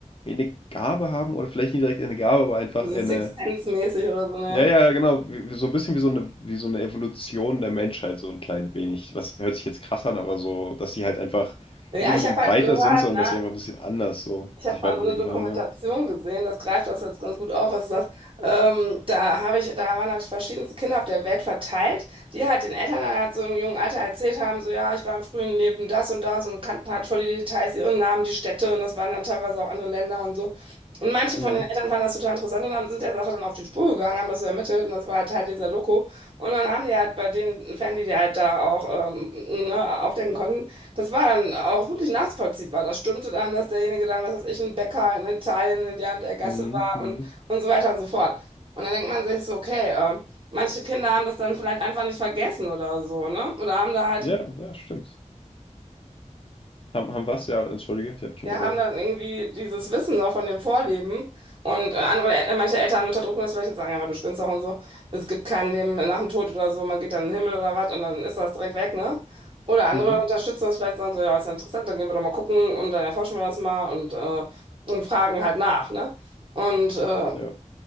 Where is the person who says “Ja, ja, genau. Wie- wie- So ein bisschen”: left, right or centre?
Left